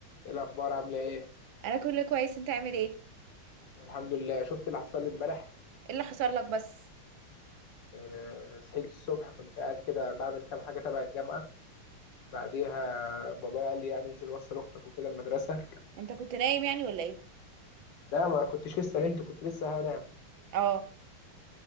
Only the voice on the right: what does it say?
انا كله كويس انت عامل ايه ايه
اللي حصل لك بس
انت كنت نايم يعني ولا ايه
اه